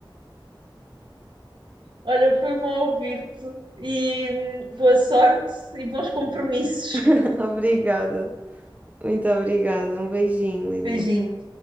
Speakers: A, on the right; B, on the right.
A: Olha, foi bom ouvir-te e hum, boa sorte e bons compromissos.
B: <laughs> Obrigada, muito obrigada. Um beijinho, Liliana.
A: Beijinho.